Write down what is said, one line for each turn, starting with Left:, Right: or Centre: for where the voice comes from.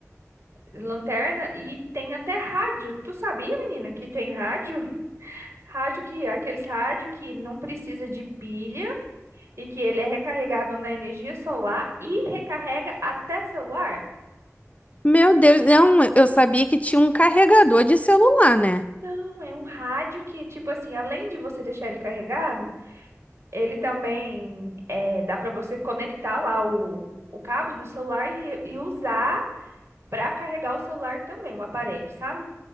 Right: lanterna e tem até rádio. Tu sabia, menina, que tem rádio? <laughs> Rádio que, aqueles rádio que não precisa de pilha e que ele é recarregável na energia solar e recarrega até celular?
Left: Meu Deus, não, eu sabia que tinha um carregador de celular, né?
Right: Não, é um rádio que, tipo assim, além de você deixar ele carregado, ele também é, dá para você conectar lá o, o cabo do celular e, e usar para carregar o celular também, o aparelho, sabe?